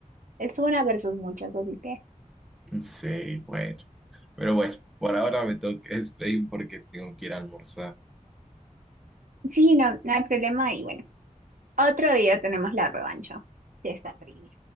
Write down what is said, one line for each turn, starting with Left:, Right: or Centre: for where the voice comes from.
Right: Es una versus muchas, así que...
Centre: Sí, bueno. Pero bueno, por ahora me tengo que despedir <laughs> porque tengo que ir a almorzar.
Right: Sí, no, no hay problema y bueno, otro día tenemos la revancha de esta trivia.